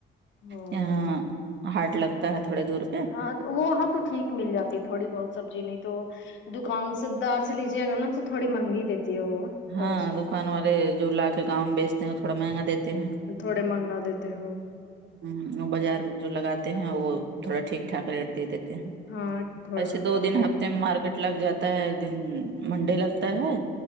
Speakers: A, on the left; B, on the right.
A: ہیں ہ
B: یہاں ہارٹ لگتا ہے تھوڑے دور پہ
A: اں وہ وہاں تو ٹھیک مل جاتی ہے تھوڑی بہت سبزی نہیں تو دکان سے دار سے لیجیے نہ تو تھوڑی مہنگی دیتی ہے وہ
B: ہاں
A: تھوڑا سا
B: دکان والے جو لا کے گاؤں بیچتے ہیں وہ تھوڑا مہنگا دیتے ہیں
A: تھوڑے مانگا دیتے ہو
B: ھمم وہ بازار جو لگاتے ہیں وہ تھوڑا ٹھیک ٹھاک ریٹ دے دیتے ہیں
A: ہاں تھوڑا
B: ایسے دو
A: کم
B: دن
A: ریٹ
B: ہفتے میں مارکیٹ لگ جاتا ہے ایک دن منڈے لگتا ہے